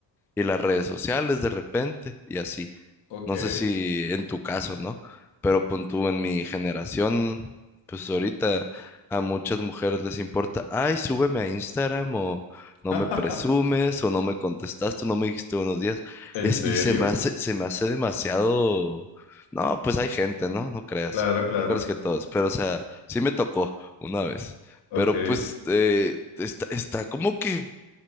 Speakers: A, in the centre; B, on the left.
A: y las redes sociales de repente y así.
B: Ok.
A: No sé si en tu caso, ¿no? Pero pon tú en mi generación, pues ahorita a muchas mujeres les importa, ay, súbeme a Instagram o no
B: <laughs>
A: me presumes o no me contestaste, no me dijiste buenos días.
B: ¿En
A: Es,
B: serio?
A: y se me hace, se me hace demasiado... No, pues hay gente, ¿no? No creas,
B: Claro, claro.
A: no creas que todos, pero o sea, sí me tocó una vez,
B: Ok,
A: pero pues eh, está, está como que